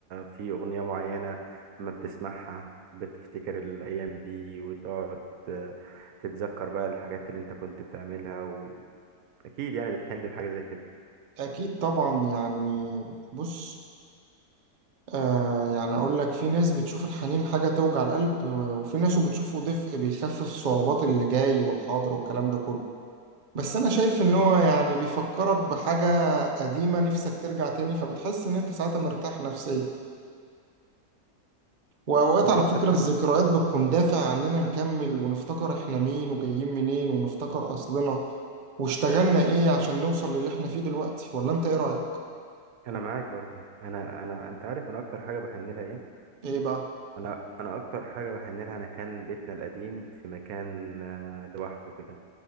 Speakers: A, on the right; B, on the right.
A: في اغنية معينة لما بتسمعها بتفتكر الايام دي وتقعد آه، تتذكر بقى الحاجات اللي انت كنت بتعملها اكيد يعني بتحن لحاجه زي كده
B: أكيد طبعا يعني بص آه يعني أقول لك في ناس بتشوف الحنين حاجة توجع القلب وفي ناس بتشوفه دفء بيخفف صعوبات اللي جاي والحاضر والكلام ده كله بس انا شايف ان هو يعني بيفكرك بحاجة قديمة نفسك ترجع تاني فبتحس ان انت ساعتها مرتاح نفسيا واوقات
A: انا
B: على
A: اكتر
B: فكرة
A: ح...
B: الذكريات بتكون دافع عننا نكمل ونفتكر احنا مين وجايين منين ونفتكر اصلنا واشتغلنا ايه عشان نوصل للي احنا فيه دلوقتي ولا انت ايه رأيك
A: انا معاك برضو انا انا انت عارف انا اكتر حاجه بحن لها ايه
B: ايه بقى
A: انا انا اكتر حاجه بحن لها انا كان بيتنا القديم في مكان آه، لوحده كده